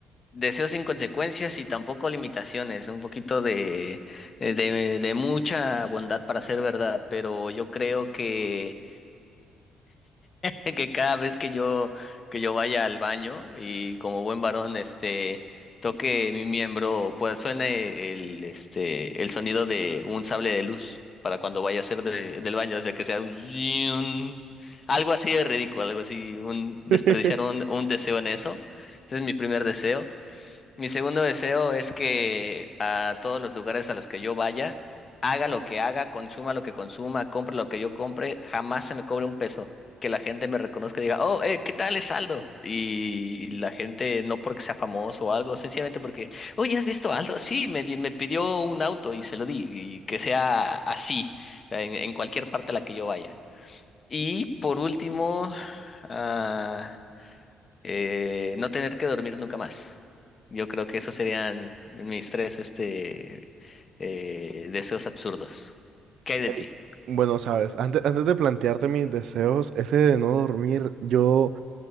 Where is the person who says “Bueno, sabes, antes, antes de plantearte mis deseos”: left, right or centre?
Right